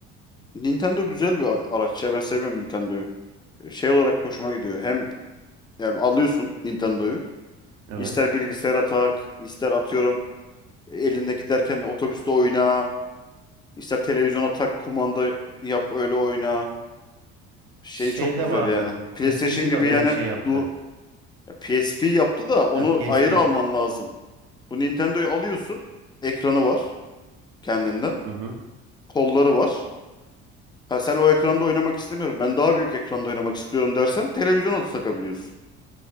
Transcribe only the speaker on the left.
Nintendo güzel bir a- araç ya. Ben seviyorum Nintendo'yu. Şey olarak hoşuma gidiyor. Hem yani alıyorsun Nintendo'yu.
İster bilgisayara tak, ister atıyorum elinde giderken de otobüste oyna, ister televizyona tak, kumanda yap öyle oyna. Şey
çok
güzel
yani. PlayStation
gibi
yani
dur ya PSP yaptı da onu
ayrı alman lazım. Bu Nintendo'yu alıyorsun. Ekranı var kendinden.
Kolları var. Ha sen o ekranda oynamak istemiyorum. Ben daha büyük ekranda oynamak istiyorum dersen televizyona da takabiliyorsun.